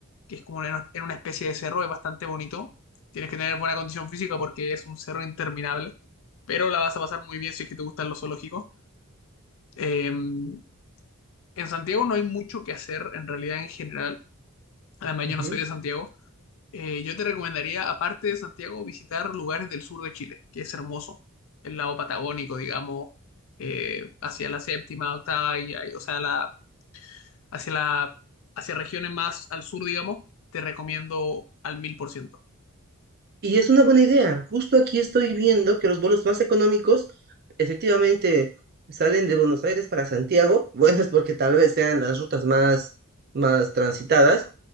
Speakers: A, on the left; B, on the right.
A: que es como en una, en una especie de cerro, es bastante bonito. Tienes que tener buena condición física porque es un cerro interminable, pero la vas a pasar muy bien si es que te gustan los zoológicos. Eh, en Santiago no hay mucho que hacer, en realidad, en general. Además,
B: Ujú.
A: yo no soy de Santiago, eh, yo te recomendaría, aparte de Santiago, visitar lugares del sur de Chile, que es hermoso. El lado patagónico, digamos, eh, hacia la séptima, octava, y, y- o sea, la, hacia la, hacia regiones más al sur, digamos, te recomiendo al mil por ciento.
B: Y es una buena idea. Justo aquí estoy viendo que los vuelos más económicos efectivamente salen de Buenos Aires para Santiago. <laughs> Bueno, es porque tal vez sean las rutas más, más transitadas.